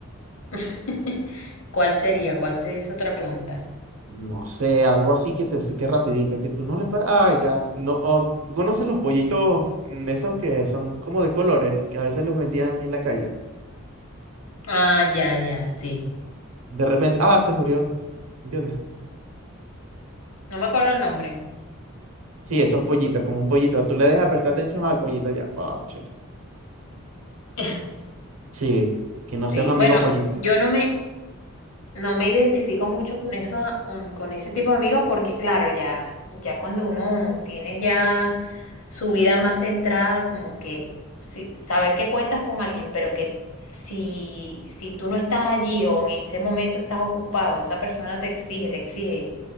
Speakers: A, on the left; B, on the right.
A: <laughs> ¿Cuál sería? ¿Cuál sería esa otra planta?
B: No sé, algo así que se seque rapidito, que tú no le paras. Ah, ya. No, o, ¿tú conoces los pollitos mm, esos que son como de colores, que a veces los vendían en la calle?
A: Ah, ya, ya, sí.
B: De repente, ah, se murió, ¿entiendes?
A: No me acuerdo el nombre.
B: Sí, esos pollitos, como un pollito. Tú le dejas prestar atención al pollito ya. Cónchale.
A: <laughs>
B: Sí, que no sea
A: Sí,
B: un amigo
A: bueno,
B: pollito.
A: yo no me, No me identifico mucho con eso, ah, con, con ese tipo de amigos, porque claro, ya, ya cuando uno tiene ya su vida más centrada, como que sí, saber que cuentas con alguien, pero que si, si tú no estás allí o en ese momento estás ocupado, esa persona te exige, te exige. y-